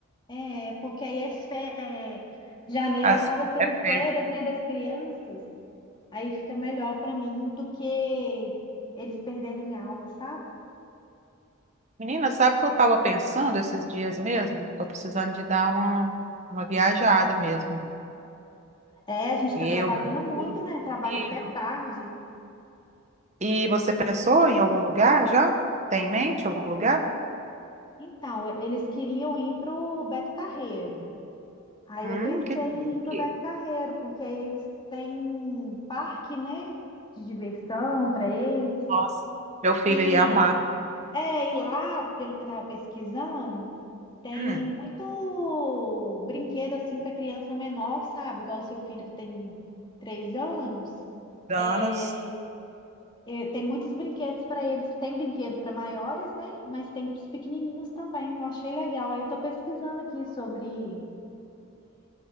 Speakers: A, on the left; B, on the right.
A: É, porque aí é, fe- é, janeiro
B: as
A: acaba sendo
B: é
A: férias,
B: férias.
A: né, das crianças. Aí fica melhor para mim do que eles perderem aula, sabe?
B: Menina, sabe o que eu estava pensando esses dias mesmo? Tô precisando de dar uma, uma viajada mesmo.
A: É, a gente está
B: Eu,
A: trabalhando muito,
B: Sim.
A: né? Trabalha
B: filho.
A: até tarde.
B: E você pensou em algum lugar já? Tem em mente algum lugar?
A: Então, eles queriam ir para o Beto Carreiro. Aí
B: Hum,
A: eu pensei
B: que...
A: em ir pro
B: que-
A: Beto Carreiro, porque aí eles têm parque, né, de diversão para eles.
B: Nossa, meu filho
A: E
B: ia amar.
A: é, e lá, pelo que eu tava pesquisando, tem
B: Hum,
A: muito brinquedo assim para criança menor, sabe? Igual o seu filho que tem três anos.
B: Danos.
A: É, é, tem muitos brinquedos para eles. Tem brinquedo para maiores, né? Mas tem para os pequenininhos também. Eu achei legal. Aí eu tô pesquisando aqui sobre